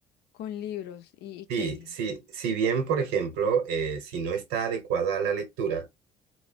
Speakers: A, on the left (about 70°); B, on the right (about 80°).
A: con libros, ¿y, y qué?
B: Sí, sí, si bien, por ejemplo, eh, si no está adecuada a la lectura,